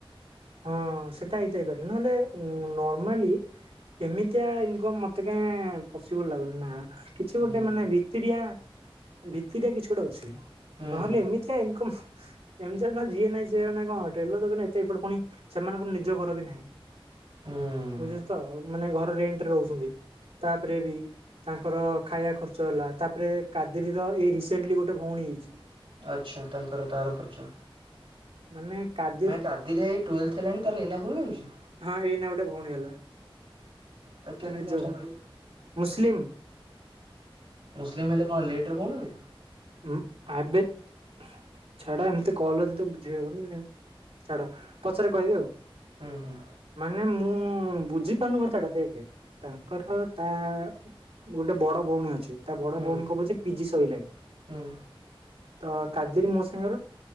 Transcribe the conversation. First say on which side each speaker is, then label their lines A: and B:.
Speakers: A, on the right; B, on the right.
A: ହଁ ସେଟା ହେଇଥାଇପାରେ ନହେଲେ ଉ ନର୍ମାଲି ଏମିତିଆ ଇନକମ ମତେ କାଁ ପସିବଲ ଲାଗୁନି ନା। କିଛି
B: ହୁଁ
A: ଗୋଟେ ମାନେ ଭିତିରିଆ ଭିତିରିଆ କିଛି ଗୋଟେ ଅଛି
B: ହୁଁ
A: ନହେଲେ ଏମିତିଆ ଇନକମ୍ ଏମତି ହେଲ ନ ଯିଏ ନାଇଁ ସିଏ ଜଣେ ଙ୍କ ଟେଲର
B: ହୁଁ
A: ଦୋକାନ ଏତେ ଏପଟ ପୁଣି ସେମାନଙ୍କର ନିଜ ଘର ବି ନାହିଁ
B: ହୁଁ
A: ବୁଝିହଉଚି ତ ମାନେ ଘର
B: ହୁଁ।
A: ରେଣ୍ଟରେ ରହୁଛନ୍ତି। ତାପ୍ ରେ ବି ତାଙ୍କର ଖାୟା ଖର୍ଚ୍ଚ ହେଲା ତାପରେ କାଦିରୀ ର ଏଇ ରିସେଣ୍ଟଲି ଗୋଟେ ଭଉଣୀ ହେଇଚି।
B: ଆଛା ତାଙ୍କର ତାର ଖର୍ଚ୍ଚ
A: ମାନେ କାବ
B: ମାନେ କାଦିରେ ଏଇ ଟୁଏଲ୍ଥ ହେଲାଣି ତାର ଏଇନା ଭଉଣୀ ହଉଚି
A: ହଁ ଏଇନା ଗୋଟେ ଭଉଣୀ ହେଲା
B: ତାକୁ କେମିତି
A: ତା ନିଜର
B: କଣ ସମ୍ଭାଳିବ
A: ମୁସଲିମ୍
B: ମୁସଲିମ୍ ହେଲେ କଣ ଲେଟର୍ ଭଉଣୀ ହୁଏ?
A: ଉଁ ଆବେ ଛାଡ ଏମତି କଲ୍ ରେ ତତେ ବୁଝେଇ ହବନି ଛାଡ ପଛରେ କହିବି ଆଉ।
B: ଉଁ ହୁଁ।
A: ମାନେ ମୁଁ ବୁଝିପାରୁନୁ କଥାଟା ଦେଖେ ତାଙ୍କର ତା ଗୋଟେ ବଡ ଭଉଣୀ ଅଛି ତା ବଡ
B: ହୁଁ
A: ଭଉଣୀ କବଚି ପିଜି ସଇଲାଣି।
B: ହୁଁ
A: ତ କାଦେରୀ ମୋ ସାଙ୍ଗର